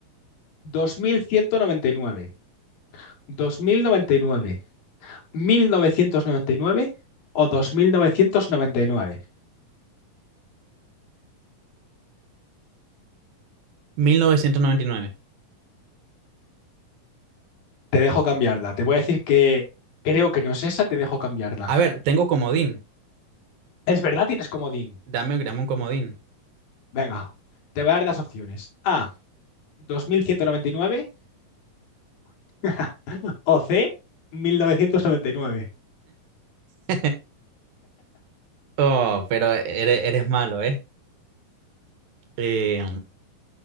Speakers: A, on the left; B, on the right.
A: dos mil ciento noventa y nueve dos mil noventa y nueve, mil novecientos noventa y nueve o 2999.
B: mil novecientos noventa y nueve
A: Te dejo cambiarla. Te voy a decir que creo que no es esa, te dejo cambiarla.
B: A ver, tengo comodín.
A: Es verdad, tienes comodín.
B: Dame, dame un comodín.
A: Venga, te voy a dar las opciones. A, 2199, <laughs> o C, 1999.
B: <laughs> Oh, pero eres, eres malo, ¿eh? Eh,